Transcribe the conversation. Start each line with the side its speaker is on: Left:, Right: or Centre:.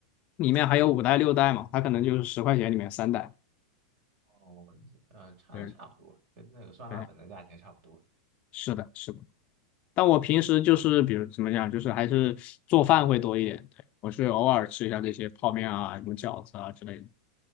Left: 里面还有五袋六袋嘛，它可能就是十块钱里面三袋。
Right: 哦，嗯、差那差不多，
Left: 对
Right: 跟那个酸辣粉的价钱差不多。
Left: 对，是的，是的。但我平时就是比如怎么讲，就是还是做饭会多一点。对，我是偶尔吃一下这些泡面啊，什么饺子啊之类的。